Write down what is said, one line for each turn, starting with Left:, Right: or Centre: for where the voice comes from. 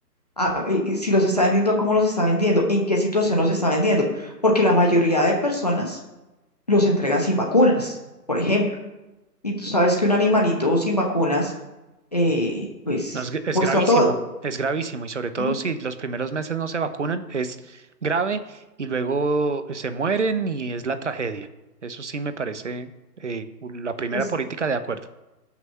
Left: Ah, y- y si los está vendiendo, ¿a ¿cómo los está vendiendo? ¿En qué situación los está vendiendo? Porque la mayoría de personas los entregan sin vacunas, por ejemplo. Y tú sabes que un animalito sin vacunas, eh, pues,
Right: No, es, es
Left: puesto
Right: gravísimo,
Left: a todo.
Right: es gravísimo y sobre todo
Left: ¿m?
Right: si los primeros meses no se vacunan, es grave y luego se mueren y es la tragedia. Eso sí me parece eh, la primera
Left: Es-
Right: política de acuerdo.